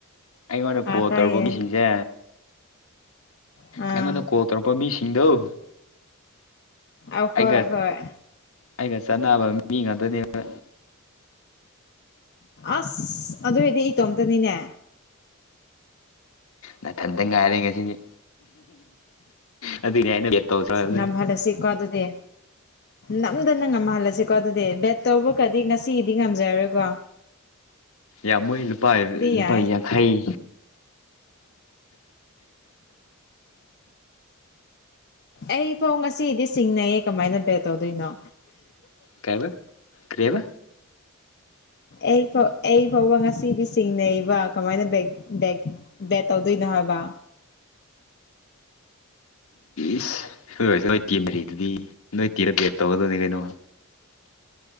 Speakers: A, on the left; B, on the left.
A: ꯑꯩꯉꯣꯟꯗ ꯀꯣ
B: ꯑꯥ ꯇꯥꯏꯌꯦ
A: ꯇꯧꯔꯔꯕꯣ ꯃꯤꯁꯤꯡꯁꯦ
B: ꯑꯥ
A: ꯑꯩꯉꯣꯟꯗ ꯀꯣꯜ ꯇꯧꯔꯛꯄ ꯃꯤꯁꯤꯡꯗꯧ
B: ꯑ
A: ꯑꯩꯒ
B: ꯍꯣꯏ ꯍꯣꯏ
A: ꯑꯩꯒ ꯆꯠꯅꯕ ꯃꯤ ꯉꯥꯛꯇꯅꯦꯕ
B: ꯑꯁ ꯑꯗꯨꯔꯗꯤ ꯏꯇꯣꯝꯇꯅꯤꯅꯦ
A: ꯅꯊꯟꯇꯪ ꯉꯥꯏꯔꯦ ꯉꯁꯤꯗꯤ ꯑꯗꯨꯒꯤꯅꯦ ꯑꯩꯅ ꯕꯦꯠ ꯇꯧꯁꯦ ꯍꯥꯏꯕꯗꯣ
B: ꯅ ꯍꯂ ꯁꯤꯀꯣ ꯑꯗꯨꯗꯤꯦ ꯅꯝꯗꯅ ꯉꯝꯍꯜꯂꯁꯤꯀꯣ ꯑꯗꯨꯗꯤ ꯕꯦꯠ ꯇꯧꯕ ꯒꯗꯤ ꯉꯁꯤꯗꯤ ꯉꯝꯖꯔꯔꯣꯏꯀꯣ
A: ꯌꯥ ꯃꯍꯤ ꯂ
B: ꯌꯥꯏ
A: ꯄ ꯌꯥ ꯈꯥꯏ <inaudible> <inaudible>
B: ꯑꯩꯐꯧ ꯉꯁꯤꯗꯤ ꯆꯤꯡꯅꯩꯌꯦ ꯀꯃꯥꯏꯅ ꯕꯦꯠ ꯇꯧꯗꯣꯏꯅꯣ
A: ꯀꯔꯤ ꯍꯥꯢꯕꯥ ꯀꯔꯤ ꯍꯥꯢꯕꯥ
B: ꯑꯩ ꯑꯩ ꯐꯥꯎꯕ ꯉꯥꯁꯤꯗꯤ ꯆꯤꯡꯅꯩꯕ ꯀꯃꯥꯏꯅ ꯕꯦꯠ ꯕꯦꯛ ꯇꯧꯗꯣꯏꯅꯣ ꯍꯥꯏꯕ ꯍꯥꯢꯕ
A: ꯏꯁ ꯍꯁ ꯅ ꯇꯤ ꯃꯔꯤꯗꯨꯗꯤ ꯅꯣꯏ ꯇꯤꯔ ꯦꯠ ꯇꯧꯒꯗꯕꯅꯤ ꯀꯩꯅꯣ <inaudible>